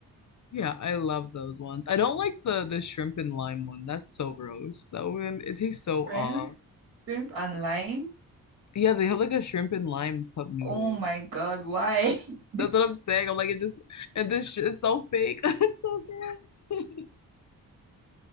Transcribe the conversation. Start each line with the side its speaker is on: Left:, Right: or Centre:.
Left: Yeah, I love those ones. I don't like the the shrimp and lime one. That's so gross. That one it tastes so
Right: Shrimp,
Left: off.
Right: shrimp and lime.
Left: Yeah, they have like a shrimp and lime cup noodles.
Right: Oh my God, why? <laughs>
Left: That's what I'm saying. I'm like, it just and this shit is so fake. <laughs> It's so bad. <laughs>